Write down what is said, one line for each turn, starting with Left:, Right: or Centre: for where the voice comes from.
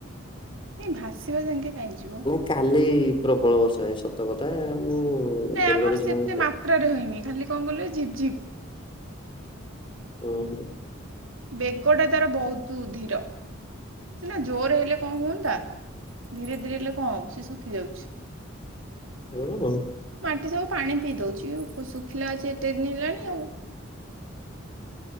Right: ଏଇ ଭାସିବା ଯାକେଁ କାଇଁଯିବ?
Left: ନାଇଁ କାଲି ପ୍ରବଳ ବର୍ଷା ହେଇ ସତ କଥା ମୁଁ
Right: ନାଇଁ
Left: ତେଲରେ
Right: ଆମର ସେତେ
Left: ଶୁଣି
Right: ମାତ୍ରାରେ ହେଇନି ଖାଲି କଣ କହିଲେ ଝିପ୍ ଝିପ୍।
Left: ଓ ହୋ।
Right: ବେଗଟା ତାର ବହୁତ ଧିର। ସିନା ଜୋରେ ହେଲେ କଣ ହୁଅନ୍ତା ଧୀରେ ଧୀରେ ହେଲେ କଣ ହବ ସେ ଶୁଖି ଯାଉଛି।
Left: ଓ ହୋ।
Right: ମାଟି ସବୁ ପାଣି ପିଇ ଦଉଛି ଶୁଖିଲା ଅଛି ଏତେ ଦିନ ହେଲାଣି ଆଉ।